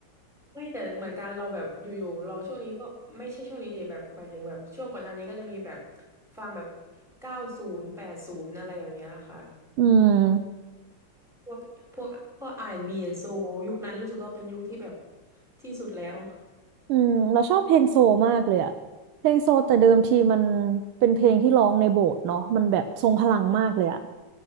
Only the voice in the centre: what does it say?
เฮ้ยแต่เหมือนกันเราแบบอยู่ๆเราช่วงนี้ก็ไม่ใช่ช่วงนี้ดิแบบหมายถึงแบบช่วงก่อนหน้านี้ก็จะมีแบบฟังแบบเก้าศูนย์แปดศูนย์อะไรอย่างเนี้ยค่ะ
พวกพวกพวก R&B and Soul ยุคนั้นรู้สึกว่าเป็นยุคที่แบบที่สุดแล้ว